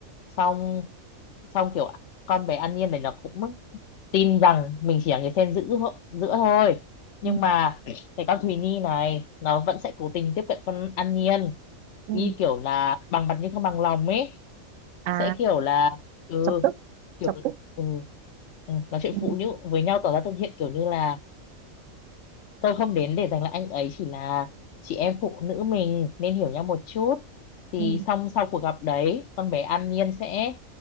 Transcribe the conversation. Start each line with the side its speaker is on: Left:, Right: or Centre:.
Left: xong xong kiểu con bé An Nhiên này nó cũng tin rằng mình chỉ là người xen giữa giữa thôi nhưng
Right: Ừ.
Left: mà cái con Thùy Nhi này nó vẫn sẽ cố tình tiếp cận con An Nhiên
Right: Ừ.
Left: như kiểu là bằng mặt nhưng không bằng lòng ấy
Right: à
Left: sẽ kiểu là ừ
Right: chọc tức
Left: kiểu
Right: chọc tức
Left: ừ, ừ nói chuyện
Right: ừ.
Left: phụ nữ với nhau tỏ ra thân thiện kiểu như là tôi không đến để giành lại anh ấy chỉ là chị em phụ nữ mình nên hiểu nhau một chút thì
Right: Ừ.
Left: xong sau cuộc gặp đấy con bé An Nhiên sẽ